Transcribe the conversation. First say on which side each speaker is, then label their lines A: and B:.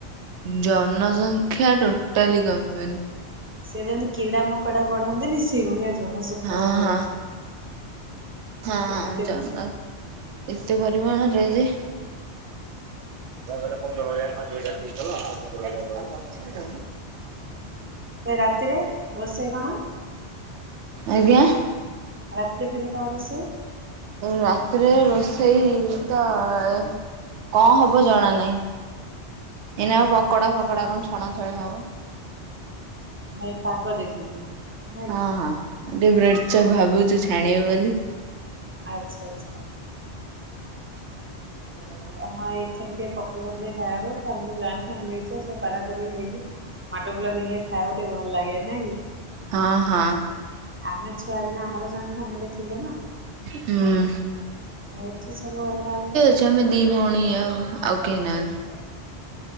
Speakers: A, on the right; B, on the right.
A: ଜନସଂଖ୍ୟା ଟୋଟାଲି କମିବନି।
B: ସେଣେ କିଡ଼ା ମକଡା ବଢନ୍ତି ନି ଶେଇଭଳିଆ ଜନସଂଖ୍ୟାଗୁରା
A: ହଁ
B: ବଢୁଚନ୍ତୀ
A: ହଁ ହଁ
B: ଏତେ
A: ଜନ
B: ଲୋକ।
A: ଏତେ ପରିମାଣରେ ଯେ ତ ମେପା କହିଲ ପନ୍ଦର ହଜାର ପାଞ୍ଚ ହଜାର ଦେଇଥିଲ ଆଉ ପନ୍ଦର ହଜାରେ ଦବ
B: ଏ ରାତିରେ ରୋଷେଇ କଣ?
A: ଆଜ୍ଞା।
B: ରାତିରେ ଫେରେ କଣ ରୋଷେଇ?
A: ରାତିରେ ରୋଷେଇ ତ-ଅ କଣ ହବ ଜଣା ନାହିଁ। ଏଇନା ଆଉ ପକୋଡା ଫକଡା କଣ ଛଣା ଛଣୀ ହବ।
B: ଭାଇ ପାଗ ଦେଖିକି। ନାଇଁ
A: ହଁ
B: କି
A: ହଁ। ଟିକେ ବ୍ରେଡ଼ଚପ ଭାବୁଛୁ ଛାଣିବୁ ବୋଲି।
B: ଆଚ୍ଛା ଆଚ୍ଛା।
A: <unintelligible>
B: ହାଁ ଏ ସେମିତି ପକୁଡି ଫକୁଡି ଖାଇବାକୁ ଫାମିଲି ଯାନ୍ତି, ଫାମିଲ ହେଇ ଥିବ ସବୁ କରା କରି ହେଇକି ମାଡ଼ଗୋଳ ହେଇ ଖାଇବାକୁ ଟିକିଏ ଭଲ ଲାଗେ ନାଇ କି?
A: ହଁ ହଁ।
B: ଆମେ ଛୁଆ ଦିନ ଆମର ଜଏଣ୍ଟ ଫାମିଲି ଥିଲେ ନା,
A: ହୁଁ
B: ଏଠି ସବୁ ଅଲଗା ଅଲଗା
A: ଏଠି ଆମେ ଦି ଭଉଣୀ ଆଉ। ଆଉ କେ ନାହାନ୍ତି।